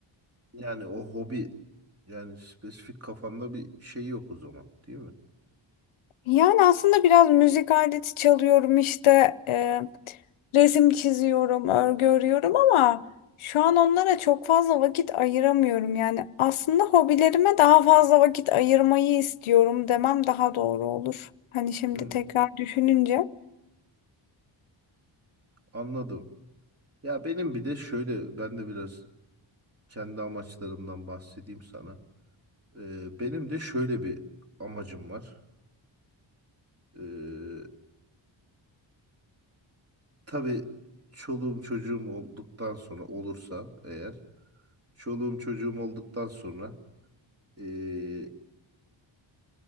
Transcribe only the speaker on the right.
Yani o hobi yani spesifik kafanda bir şey yok o zaman, değil mi?
Hı,
anladım. Ya benim bir de şöyle ben de biraz kendi amaçlarımdan bahsedeyim sana. Ee, benim de şöyle bir amacım var. Ee, tabii çoluğum çocuğum olduktan sonra olursa eğer çoluğum çocuğum olduktan sonra ee,